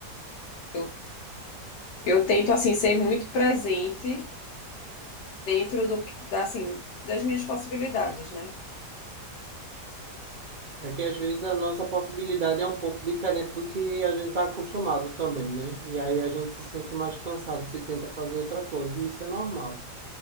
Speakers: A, on the left; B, on the right.
A: eu, eu tento assim ser muito presente dentro do que- da, assim, das minhas possibilidades, né?
B: É que às vezes a nossa possibilidade é um pouco diferente do que a gente está acostumado também, né? E aí a gente se sente mais cansado se tenta fazer outra coisa, e isso é normal.